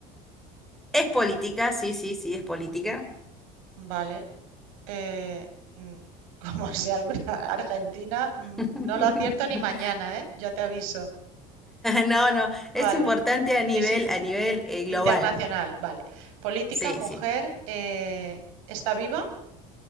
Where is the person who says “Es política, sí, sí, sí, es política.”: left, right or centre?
Centre